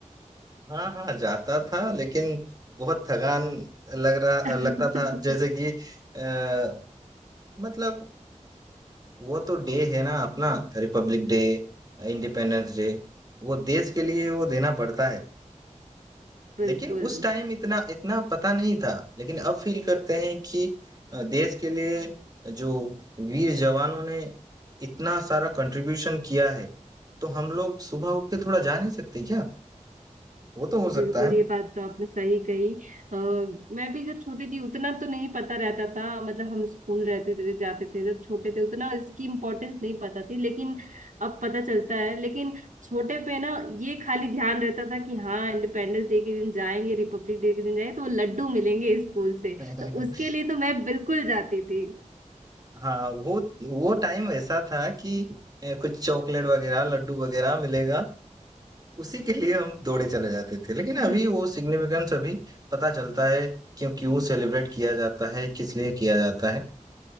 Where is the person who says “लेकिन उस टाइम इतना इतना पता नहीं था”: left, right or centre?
Right